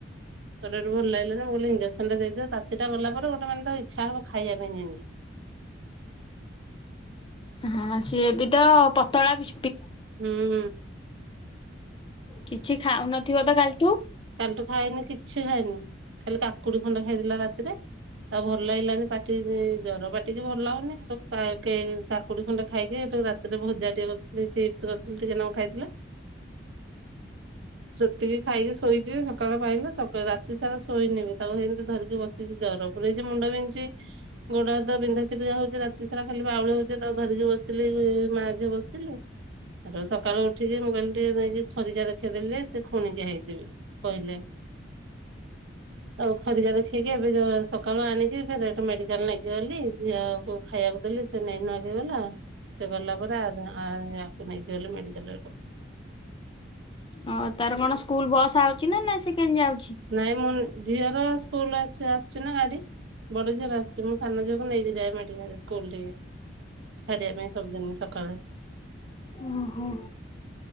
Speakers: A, on the right (about 70°); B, on the left (about 25°).
A: ଶରୀରେ ଭଲ ଲାଗିଲା ମୁଁ କିଲି ଇଞ୍ଜେକ୍ସନଟା ଦେଇଦେବ ତାତିଟା ଗଲା ପରେ ଗୋୋନେଙ୍କ ଇଚ୍ଛା ହବ ଖାଇବା ପାଇଁ ଯେମତି।
B: ହଁ ସିଏ ବି ତ ପତଳା ବି
A: ହୁଁ।
B: କିଛି ଖାଉନଥିବ ତ କାଲିଠୁ।
A: କାଲି ଠୁ ଖାଇନି କିଛି। କିଛି ଖାଇନି ଖାଲି କାକୁଡି ଖଣ୍ଡ ଖାଇଲା ରାତିରେ ଆଉ ଭଲ ଲାଗିଲାନି ପାଟି ଜର ପାଟିକି ଭଲ ଲାଗୁନି ଆ କାକୁଡି ଖଣ୍ଡେ ଖାଇକି େ ରାତିରେ ଭଜା ଟିକେ କରିଥିଲି ଚିପ୍ସ କରିଥିଲି ଟିକେ ନ ଖାଇଥିଲା ସେତିକି ଖାଇକି ଶୋଇଥିବେ ସକାଳ ପାଇଲେ ସଳ ରାତି ସାରା ଶୋଇନେବି ତାକୁ ସେମିତି ଧରିକି ବସିକି ଜର ପୁରଇଛି ମୁଣ୍ଡ ବିନ୍ଧଛି ଗୋଡା ବିନ୍ଧା ଚିଲିକା ହଉଛି ରାତି ସାରା ଖାଲି ବାଉଳି ହଉଛି ତାକୁ ଧରିକି ବସିଲି ମାଝ ବସିଲୁ ସକାଳୁ ଉଠିକି ମୁଁ କହିଲି ଟିକେ ନେଇକି ଖରିକା ଦେଖି ଦେଲେ ସେ ଖୁଣିକି ହେଇଯିବି କହିଲେ। ଆଉ ଖରିକା ଦେଖେଇକି ଏବେ ସକାଳୁ ଆଣିକି ଫରେ ଏଥି ମେଡିକାଲ ଲାଗିଗଲି ଝିଅକୁ ଖାଇବାକୁ ଦେ ସେ ନେଇ ନଗି ଗଲା ସେ ଗଲା ପରେକୁ ନେଇକି ଗଲେ ମେଡିକାଲ
B: ଓ ତାର କଣ ସ୍କୁଲ ବସ୍ ଆଉଛି ନା ନା ସେ କେମିତି ଯାଉଛି?
A: ନାଇଁ ମୁଁ ଝିଅର ସ୍କୁଲ ଅଛି ଆଶୁଛି ନା ଗାଡି। ବଡ ଝିଅର ଆସିୁଛି ମୁଁ ସାନ ଝିଅକୁ ନେଇକି ଯାଏ ସ୍କୁଲ ମେ ସ୍କୁଲ୍ ଟିକେ ଛାଡିବା ପାଇଁ ସବୁଦିନ ସକାଳେ।
B: ଓହୋ